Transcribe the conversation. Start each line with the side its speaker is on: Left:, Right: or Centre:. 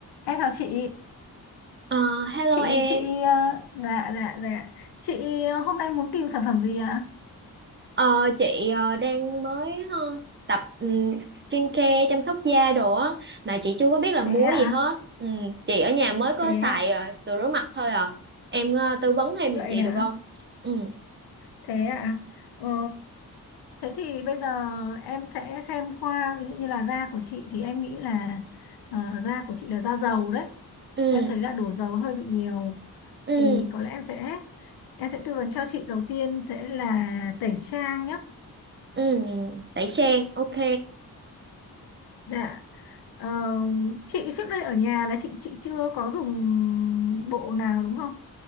Left: Em chào chị,
Right: Ờ, hello
Left: chị
Right: em,
Left: chị ờ, dạ dạ dạ. Chị ờ, hôm nay muốn tìm sản phẩm gì ạ?
Right: Ờ, chị ờ, đang mới ờ, tập um, skincare chăm sóc da đồ á mà chị chưa có biết là mua
Left: Thế ạ?
Right: gì hết. Ừ, chị ở nhà mới có
Left: Thế
Right: xài
Left: ạ?
Right: ờ, sữa rửa mặt thôi à. Em ờ, tư vấn thêm
Left: Vậy
Right: giùm chị
Left: hả
Right: được không? Ừ,
Left: Thế ạ? Ờ, thế thì bây giờ em sẽ xem qua ví dụ như là da của chị thì em nghĩ là ờ, da của chị là da dầu đấy.
Right: ừ,
Left: Em thấy là đổ dầu hơi bị nhiều
Right: ừ,
Left: thì có lẽ em sẽ em sẽ tư vấn cho chị đầu tiên sẽ là tẩy trang nhé.
Right: ừ, tẩy trang, ok.
Left: Dạ. Ờ, chị trước đây ở nhà là chị chị chưa có dùng bộ nào đúng không?